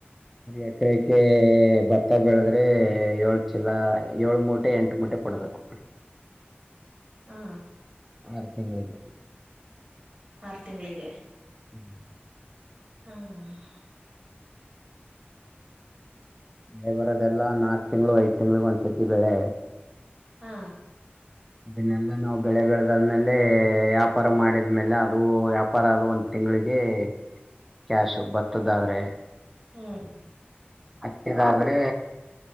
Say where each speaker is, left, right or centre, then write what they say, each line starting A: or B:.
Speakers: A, in the centre; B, on the right.
A: ಎಕರೆಕೆ ಭತ್ತಾ ಬೆಳದ್ರೆ ಏಳ್ ಚೀಲ, ಏಳು ಮೂಟೆ, ಎಂಟು ಮೂಟೆ ಕೊಡಬೇಕು.
B: ಹಾ
A: ಆರ್ ತಿಂಗಳಿಗೆ.
B: ಆರು ತಿಂಗಳಿಗೆ.
A: ಹ್ಮ್ <inaudible>
B: ಹ್ಮ <unintelligible>
A: ಬೆರೆ <unintelligible> ಬರೋದೆಲ್ಲ ನಾಕ್ ತಿಂಗಳು, ಐದ್ ತಿಂಗ್ಳಗ್ ಒಂದ್ಸರ್ತಿ ಬೆಳೆ.
B: ಹಾ,
A: <unintelligible> ಅದನ್ನೆಲ್ಲಾ ನಾವು ಬೆಳೆ ಬೆಳೆದಾದ್ಮೇಲೆ ವ್ಯಾಪಾರ ಮಾಡಿದ್ಮೇಲೆ ಅದು ವ್ಯಾಪಾರ ಆದ ಒಂ ತಿಂಗಳಿಗೆ ಕ್ಯಾಶು ಭತ್ತದಾದ್ರೆ.
B: ಹ್ಮ,
A: ಹಕ್ಕಿದಾದ್ರೆ